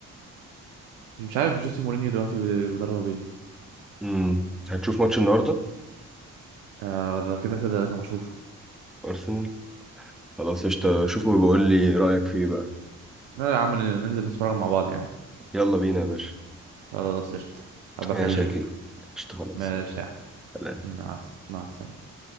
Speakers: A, on the right; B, in the centre.
A: مش عارف جوسي مورينيو دلوقتي بيد- بيدرب ايه
B: امم هتشوف ماتش النهاردة
A: آه ده كده كده لازم اشوفه
B: ارسنال خلاص قشطة شوفه وبقول لي رأيك فيه بقى
A: لا يا عم ن- ننزل نتفرج مع بعض يعني
B: يلا بينا يا باشا
A: خلاص قشطة هبقى
B: يا
A: اكلمك
B: شاكي قشطة خلاص
A: ماشي
B: يلا
A: يا عم.
B: سلام.
A: مع الس- مع السلامه